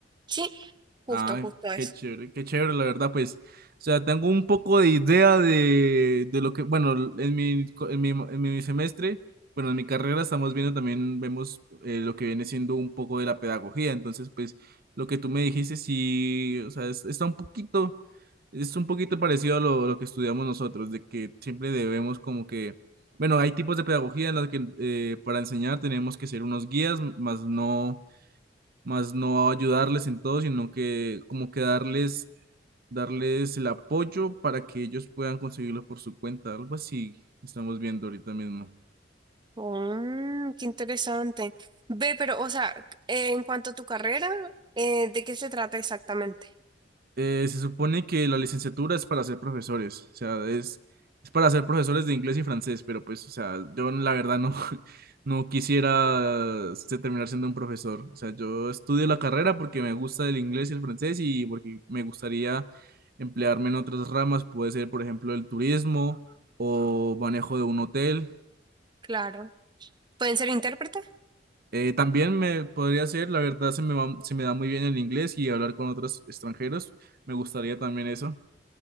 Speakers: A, on the right; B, on the right.
A: Sí, justo,
B: Ah,
A: justo
B: qué
A: eso.
B: chévere, qué chévere, la verdad, pues. O sea, tengo un poco de idea de, de lo que, bueno, en mi, co- en mi, en mi semestre, bueno, en mi carrera estamos viendo también, vemos eh, lo que viene siendo un poco de la pedagogía. Entonces, pues, lo que tú me dijiste, sí, o sea, es- está un poquito, es un poquito parecido a lo, lo que estudiamos nosotros, de que siempre debemos como que, bueno, hay tipos de pedagogía en las que eh, para enseñar tenemos que ser unos guías, más no más no ayudarles en todo, sino que como que darles, darles el apoyo para que ellos puedan conseguirlo por su cuenta, algo así estamos viendo ahorita mismo.
A: Mm, qué interesante. Ve, pero, o sea, eh, en cuanto a tu carrera, eh, ¿de qué se trata exactamente?
B: Eh, se supone que la licenciatura es para ser profesores, o sea, es, es para ser profesores de inglés y francés, pero pues, o sea, yo la verdad no, <laughs> no quisiera este, terminar siendo un profesor, o sea, yo estudio la carrera porque me gusta el inglés y el francés y porque me gustaría emplearme en otras ramas, puede ser, por ejemplo, el turismo o manejo de un hotel.
A: Claro. ¿Pueden ser intérpretes?
B: Eh, también me podría ser, la verdad, se me va- se me da muy bien el inglés y hablar con otros extranjeros, me gustaría también eso.